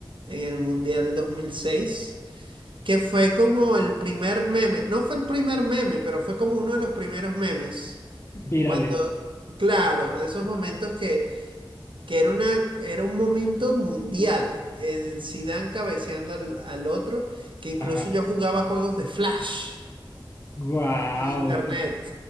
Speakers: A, on the right (about 75°); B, on the left (about 30°).
A: en el Mundial dos mil seis que fue como el primer meme, no fue el primer meme, pero fue como uno de los primeros memes.
B: virales.
A: Cuando, claro, esos momentos que, que era una, era un momento mundial. El Zidane cabeceando al, al otro, que incluso
B: Ajá.
A: yo jugaba juegos de Flash
B: Wow.
A: en internet.